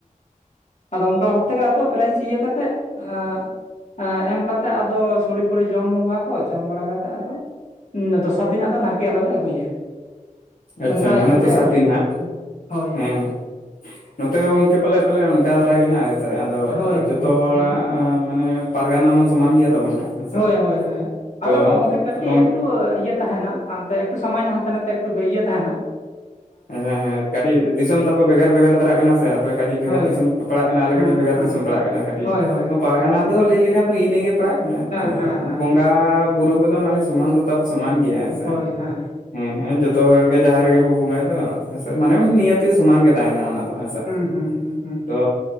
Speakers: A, on the left; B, on the left.
A: ᱟᱫᱚ ᱚᱱᱠᱟ ᱵᱷᱟᱵᱷ ᱠᱟᱛᱮ ᱜᱮ ᱟᱫᱚ ᱯᱨᱟᱭᱤᱡᱽ ᱤᱭᱟᱹ ᱠᱟᱛᱮᱜ ᱮᱸᱜ ᱮᱸ ᱮᱢ ᱠᱟᱛᱮ ᱟᱫᱚ ᱥᱳᱲᱮ ᱯᱷᱳᱲᱤ ᱡᱚᱢ ᱟᱠᱚ᱾ ᱡᱚᱢ ᱵᱟᱲᱟ ᱠᱟᱛᱮᱫ ᱟᱫᱚ ᱫᱚᱥᱟᱨ ᱫᱤᱱ ᱟᱫᱚ ᱱᱟᱭᱠᱮ ᱟᱞᱮ ᱞᱮ ᱟᱹᱜᱩᱭᱮᱭᱟ᱾
B: ᱟᱪᱪᱷᱟ,
A: ᱚᱱᱠᱟ
B: ᱢᱟᱱᱮ
A: ᱤᱭᱟᱹᱛᱮ
B: ᱫᱚᱥᱟᱨ
A: ᱦᱩᱭᱩᱜᱼᱟ
B: ᱫᱤᱱ ᱦᱟᱸᱜ᱾
A: ᱦᱳᱭ
B: ᱦᱮᱸ ᱱᱚᱛᱮᱦᱚᱸ ᱜᱚᱝᱠᱮ ᱯᱟᱞᱮᱫ ᱯᱟᱞᱮ ᱚᱱᱠᱟ ᱫᱷᱟᱨᱟᱜᱮ ᱱᱟᱦᱟᱜ ᱥᱮ ᱟᱫᱚ
A: ᱦᱳᱭ ᱦᱳᱭ
B: ᱡᱚᱛᱚ ᱦᱚᱲᱟᱜ
A: ᱦᱮᱸ
B: ᱢᱟᱱᱮ ᱯᱟᱨᱜᱟᱱᱟ ᱢᱟ ᱥᱚᱢᱟᱱ ᱜᱮᱭᱟ ᱛᱟᱵᱚᱱᱟ᱾ ᱦᱮᱸᱥᱮ
A: ᱦᱳᱭ ᱦᱳᱭ, ᱦᱳᱭ,
B: ᱛᱚ
A: ᱟᱫᱚ ᱜᱚᱝᱠᱮ ᱠᱟᱹᱴᱤᱡ
B: ᱚᱱᱠᱟ
A: ᱮᱠᱴᱩ ᱤᱭᱟᱹ ᱛᱟᱦᱮᱸᱱᱟ᱾ ᱛᱚ ᱮᱠᱴᱩ ᱥᱟᱢᱟᱱᱱᱚ ᱦᱟᱱᱛᱮ- ᱱᱟᱛᱮ ᱮᱠᱴᱩ ᱤᱭᱟᱹ ᱛᱟᱦᱮᱸᱱᱟ᱾
B: ᱦᱮᱸ ᱦᱮᱸ ᱠᱟᱹᱴᱤᱡ ᱫᱤᱥᱚᱢ ᱛᱟᱯᱮ ᱵᱷᱮᱜᱟᱨ ᱵᱷᱮᱜᱟᱨ ᱫᱷᱟᱨᱟᱜ ᱠᱟᱱᱟ ᱥᱮ ᱟᱯᱮ ᱠᱟᱹᱴᱤᱡ ᱵᱷᱮᱜᱟᱨ
A: ᱦᱳᱭ
B: ᱫᱤᱥᱚᱢ ᱯᱟᱲᱦᱟᱜ ᱠᱟᱱᱟ, ᱟᱞᱮ
A: ᱦᱮᱸ
B: ᱠᱟᱹᱴᱤᱡ ᱵᱷᱮᱜᱟᱨ
A: ᱦᱮᱸ
B: ᱫᱤᱥᱚᱢ ᱯᱟᱲᱟᱜ ᱠᱟᱱᱟ ᱠᱟᱹᱴᱤᱡ᱾
A: ᱦᱳᱭ ᱦᱳᱭ
B: ᱯᱟᱨᱜᱟᱱᱟ
A: ᱦᱩᱸ
B: ᱫᱚ ᱞᱟᱹᱭ ᱞᱮᱠᱷᱟᱱ ᱤᱱᱟᱹᱜᱮ ᱯᱟᱲᱟᱜ ᱠᱟᱱᱟ
A: ᱦᱮᱸ
B: ᱛᱚ,
A: ᱦᱮᱸ ᱦᱮᱸ
B: ᱵᱚᱸᱜᱟ ᱵᱩᱨᱩ ᱠᱚᱫᱚ ᱢᱟᱱᱮ ᱥᱚᱢᱟᱱ ᱫᱚ ᱛᱟᱵᱚ ᱥᱚᱢᱟᱱ ᱜᱮᱭᱟ, ᱦᱮᱸᱥᱮ᱾
A: ᱦᱳᱭ ᱦᱮᱸ
B: ᱦᱮᱸ ᱦᱮᱸ ᱡᱚᱛᱚ ᱦᱚᱲ ᱜᱮ ᱡᱟᱦᱮᱨ ᱨᱮᱜᱮ ᱵᱚ ᱵᱚᱸᱜᱟᱭ ᱫᱚ ᱦᱮᱸᱥᱮ, ᱢᱟᱱᱮ ᱱᱤᱭᱟᱹᱛᱤ ᱥᱚᱢᱟᱱ ᱜᱮ, ᱛᱟᱦᱮᱸᱱᱟ ᱚᱱᱟ ᱫᱚ ᱦᱮᱸᱥᱮ,
A: ᱦᱩᱸ ᱦᱩᱸ ᱦᱩᱸ
B: ᱛᱚ